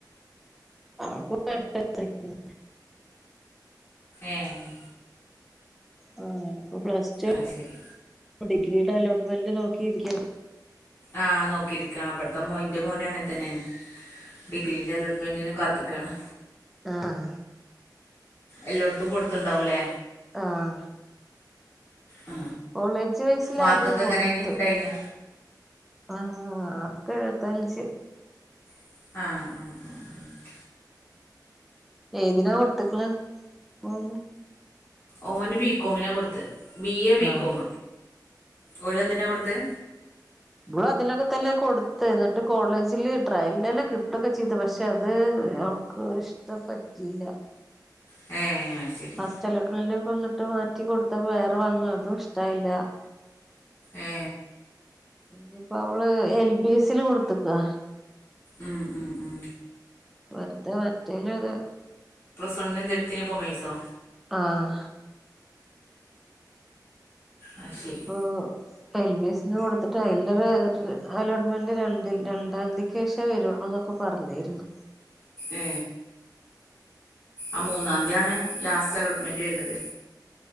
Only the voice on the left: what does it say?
ഏഹ്
അത് ശരി
ആഹ് നോക്കിയിരിക്കാം അവിടത്തെ മോന്റെ മോന് അങ്ങനെ തന്നെയാണ് ഡിഗ്രീന്റെ അലോട്ട്മെന്റി കാത്ത്ക്കാണ്
എല്ലായിടത്തും കൊടുത്തുണ്ടാവൂലേ
ആ
മാർക്കൊക്കെ
എങ്ങനേനി ഇണ്ടായിനോ
ആഹ് ആഹ ഉഹ ഉ
ഓന് ബികോമിനെ കൊടുത്ത് ബി എ ബികോം
ഓല എന്തിനാ അവിടുത്തെ
ഏ ശരി
ഏ
ഉം ഉം ഉം
സൊണന്ത എടുത്തതിന്പ്പോ പൈസോ
അത്
ശരി
ഏ ആ മൂന്നാം തീയാണ് ലാസ്റ്റ് അലോട്ട്മെന്റെ വരുന്നത്